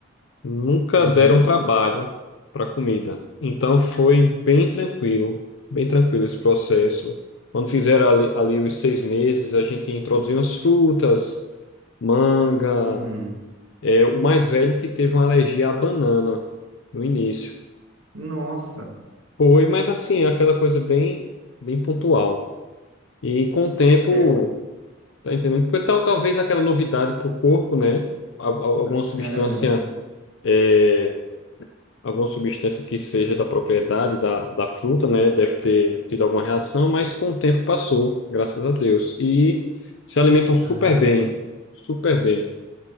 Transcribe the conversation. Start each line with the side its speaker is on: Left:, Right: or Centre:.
Left: Nunca
Right: Uhum,
Left: deram trabalho para comida. Então foi bem tranquilo, bem tranquilo esse processo. Quando fizeram ali, ali os seis meses, a gente introduziu as frutas, manga.
Right: uhum.
Left: É, o mais velho que teve uma alergia à banana no início.
Right: Nossa,
Left: Foi, mas assim, é aquela coisa bem, bem pontual. E com o tempo,
Right: é,
Left: tá entendendo? Porque tal, talvez aquela novidade para o corpo, né? Al- al- Alguma substância.
Right: era muito, né?
Left: é, alguma substância que seja da propriedade da, da fruta, né? Deve ter tido alguma reação, mas com o tempo passou, graças a Deus. E se alimentam super
Right: Ah, ainda
Left: bem,
Right: bem.
Left: super bem.